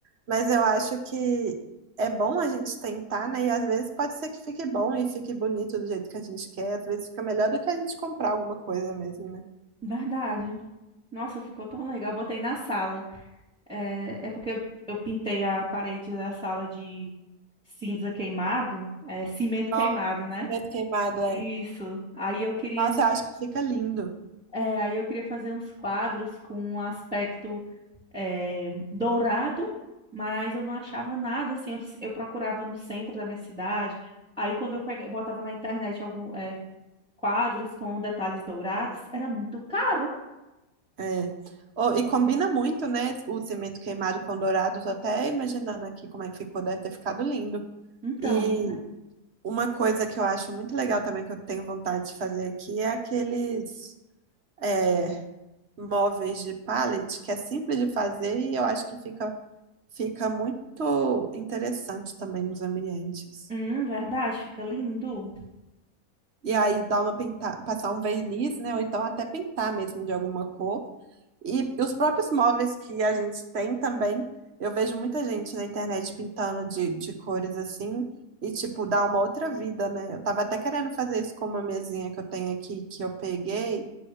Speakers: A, on the right; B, in the centre.
A: mas eu acho que é bom a gente tentar, né? E às vezes pode ser que fique bom e fique bonito do jeito que a gente quer, às vezes fica melhor do que a gente comprar alguma coisa mesmo, né?
B: Verdade. Nossa, ficou tão legal. Eu Botei na sala. É, é porque eu pintei a parede da sala de cinza queimado, é, cimento
A: Nossa,
B: queimado, né?
A: muito queimado, é.
B: Isso. Aí eu queria
A: Nossa,
B: um
A: eu acho que fica lindo.
B: é, aí eu queria fazer uns quadros com um aspecto eh, dourado, mas eu não achava nada, assim, eu, eu procurava no centro da minha cidade, aí quando eu pega- botava na internet algum, eh, quadros com detalhes dourados, era muito caro.
A: É. Oh, e combina muito, né? O cimento queimado com dourado, tô até imaginando aqui como é que ficou, deve ter ficado lindo.
B: Então,
A: E uma coisa que eu acho muito legal também, que eu tenho vontade de fazer aqui, é aqueles é, móveis de pallet, que é simples de fazer e eu acho que fica, fica muito interessante também nos ambientes.
B: hum, verdade, fica lindo.
A: E aí dá uma pintar, passar um verniz, né? Ou então até pintar mesmo de alguma cor. E os próprios móveis que a gente tem também, eu vejo muita gente na internet pintando de, de cores assim, e tipo, dá uma outra vida, né? Eu tava até querendo fazer isso com uma mesinha que eu tenho aqui, que eu peguei,